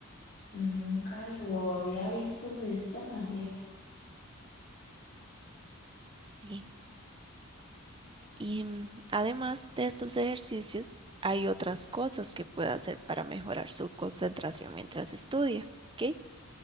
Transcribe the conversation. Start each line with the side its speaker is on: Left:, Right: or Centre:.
Left: Nunca lo había visto de esta manera.
Right: Sí, y mm, además de estos ejercicios, hay otras cosas que puede hacer para mejorar su concentración mientras estudia, ¿ok?